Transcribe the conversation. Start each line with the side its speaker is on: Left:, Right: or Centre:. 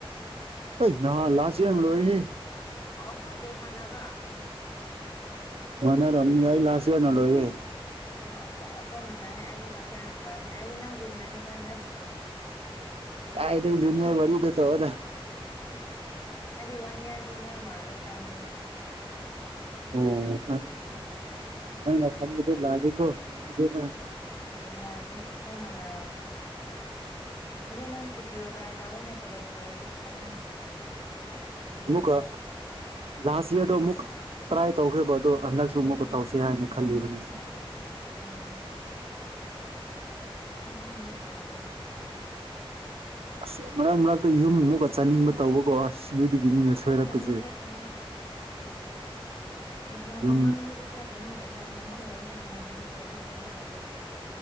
Right: ꯑꯩ ꯅꯍꯥꯟ ꯂꯥꯁ‌ ꯏꯌꯔꯝ ꯂꯣꯏꯔꯦꯍꯦ
Left: ꯑꯣ ꯑꯈꯣꯏ ꯕꯦꯁ ꯃꯥꯟꯅꯕ꯭ꯔꯥ
Right: ꯃꯥꯅꯔꯝꯅꯤ ꯑꯩ ꯂꯥꯁ ꯏꯌꯔꯅꯥ ꯂꯣꯏꯔꯦ
Left: ꯑꯣ ꯑꯁ ꯑꯩꯈꯣꯏ ꯃꯅꯥꯌꯦ ꯑꯩꯁꯨ ꯂꯥꯁ ꯏꯌꯔꯅ ꯂꯣꯏꯕꯅꯦ ꯑꯩꯗꯤ ꯅꯪ ꯖꯨꯅꯤꯌꯥꯔꯅꯦ ꯈꯟꯕꯅꯦ
Right: ꯀꯥꯏꯗꯩ ꯖꯨꯅꯤꯌꯔ ꯋꯥꯔꯤꯗꯣ ꯇꯣꯛꯑꯣꯗ
Left: ꯍꯥ ꯑꯩꯗꯤ ꯋꯥꯟ ꯏꯌꯔ ꯖꯨꯅꯤꯌꯔ ꯃꯥꯂꯦ ꯈꯟꯕꯅꯦ
Right: ꯑꯣ ꯑꯁ ꯅꯪꯅ ꯈꯟꯕꯗꯨ ꯂꯥꯜꯂꯤ ꯏꯕꯦꯝꯃꯥ
Left: ꯎꯝ ꯅꯥꯟꯅ‌ꯦ ꯑꯩꯈꯣꯏ ꯃꯥꯟꯅꯔꯝꯃꯦ ꯑꯗꯨ ꯅꯪ ꯁꯤ ꯄꯤ ꯑꯣ ꯇ꯭ꯔꯥꯏ ꯇꯧꯔꯣꯅꯦ ꯀꯣꯂꯦꯖ ꯂꯣꯏꯔꯗꯤ ꯐꯖꯅ ꯖꯤꯗꯤꯒ
Right: ꯑꯃꯨꯛꯀ ꯂꯥꯁ ꯏꯌꯥꯔꯗꯣ ꯑꯃꯨꯛ ꯇ꯭ꯔꯥꯏ ꯇꯧꯈ꯭ꯔꯦꯕ ꯑꯗꯣ ꯍꯟꯗꯛꯁꯨ ꯑꯃꯨꯛꯀ ꯇꯧꯁꯦ ꯍꯥꯏꯅ ꯈꯜꯂꯤꯕꯅꯤ
Left: ꯑꯣ ꯑꯩꯁꯨ ꯍꯟꯗꯛ ꯇꯧꯒꯅꯤ
Right: ꯑꯁ ꯃꯔꯛ ꯃꯔꯛꯇ ꯌꯨꯝ ꯑꯃꯨꯛꯀ ꯆꯠꯅꯤꯡꯕ ꯇꯧꯕꯀꯣ ꯑꯁ ꯑꯗꯨꯗꯒꯤꯅꯤꯅꯦ ꯁꯣꯏꯔꯛꯄꯁꯦ
Left: ꯆꯠ ꯀꯅꯨ ꯆꯠ ꯀꯅꯨ ꯑꯦꯛꯖꯥꯝ
Right: ꯌꯨꯝ
Left: ꯃꯃꯥꯡꯗꯗꯤ ꯆꯠꯀꯅꯨ ꯑꯦꯛꯖꯥꯝꯒꯨꯝꯕ ꯂꯣꯏꯔꯒ ꯉꯥꯏꯍꯥꯛ ꯀꯣꯏꯊꯣꯛꯄꯗꯤ ꯆꯠꯂꯣ